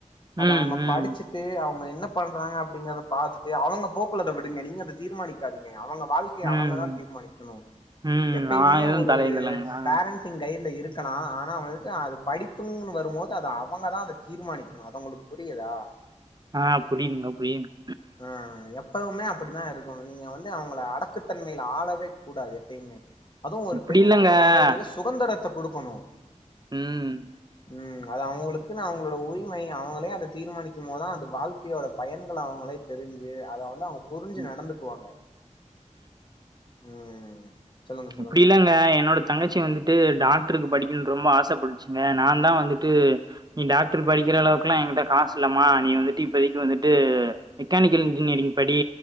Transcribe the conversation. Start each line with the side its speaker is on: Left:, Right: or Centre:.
Left: அது
Right: ம்
Left: அவுங்க
Right: ம்
Left: படிச்சிட்டு அவுங்க க என்ன பண்றாங்க அப்படிங்கறத பாத்துட்டு அவங்க போக்குல அத விடுங்க நீங்க அத தீர்மானிக்காதீங்க அவங்க வாழ்க்கைய
Right: ம்
Left: அவங்க தா தீர்மானிக்குணு
Right: ம்
Left: எப்பைமே
Right: நா எதுவு
Left: ஒரு ஒரு
Right: தலையிடலங்க ஆ
Left: பேரன்ட்டிங் கை ல இருக்கலா ஆனா வந்துட்டு அது படிப்புங் வரும்போது அத அவங்கதா அத தீர்மானிக்கணு அது உங்களுக்கு புரியுதா
Right: ஆ புரியுதுங்க புரியுதுங்க
Left: ஆ எப் இப்பவுமே அப்படித்தா இருக்காங்க நீங்க வந்து அவங்கள அடக்குத்தன்மையில ஆளவே கூடாது எப்பைமே அதுவு ஒரு
Right: இப்டி
Left: பெண்கள்ங்கிறம்போது
Right: இல்லங்க
Left: சுதந்திரத்த குடுக்குணு
Right: ம்
Left: ம் அது அவுங்களுக்குன்னு அவுங்களோட உரிமை அவுங்களே அத தீர்மானிக்கும்போதுதா அந்த வாழ்க்கையோட பயன்கள் அவுங்களே தெரிஞ்சு அத வந்து அவங் புரிஞ்சு
Right: ம்.
Left: நடந்துக்குவாங்க ம் சொல்லுங்க சொல்லுங்க
Right: அப்டி இல்லங்க என்னோட தங்கச்சி வந்துட் டு டாக்ட்ருக்கு படிக்கின் ரொம்ப ஆசைப்பட்சுங்க நா தா வந்துட்டு நீ டாக்ரு படிக்கிற அளவுக்கெல்லா என்கிட்ட காசில்லாம நீ வந்துட்டு இப்பதைக்கு வந்துட்டு மெக்கானிக்கல் இன்ஜினியரிங் படி